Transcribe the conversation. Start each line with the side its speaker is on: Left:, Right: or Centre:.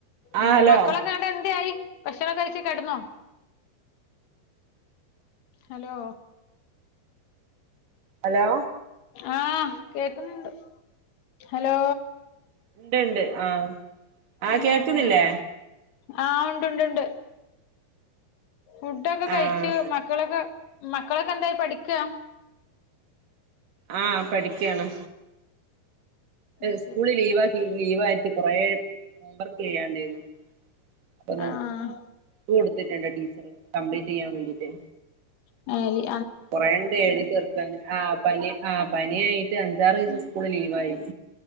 Right: ആഹ്
Left: ഏ
Right: ഹലോ
Left: മക്കളൊക്കെ കട്ട എന്ത ആായി ഭക്ഷണംൊ കഴിച്ച കിടന്നോ ഹലോ
Right: ഹലോ
Left: ആഹ കേക്കുന്നുണ്ട് ഹലോ
Right: ഉണ്ട്ണ്ട് ആഹ ആഹ
Left: ആഹ്
Right: കേൾക്കുന്നില്ലേ
Left: ആഹ് ഉണ്ട്ണ്ട്ുണ്ട് ഫുഡൊക്കെ കഴച്ച്
Right: ആഹ്
Left: മക്കളൊക്കെ മക്കളൊക്കെ എന്തായി പഠിക്കുക
Right: ആഹ് പഠിക്കയാണ്
Left: അത്
Right: സ്കൂള്
Left: ശരി
Right: ലീവ ആക്കി ലീവ് ആട്ടി കുറെേ ഹ വർക്ക് ചെയ്യാണ്ടരുന്നു അപ്പൊ
Left: ആഹ്
Right: കൊടുത്തിട്ടുണ്ട് കംപ്ലീറ്റ് ചെയ്യാൻ വേണ്ടീട്ട്
Left: ആ
Right: കുറേണ്ട് എഴുതി തീർക്കൻ ആ പനി ആ പാനിയായിട്ട് അഞ്ചാറ് ദിവസം സ്കൂള് ലീവായി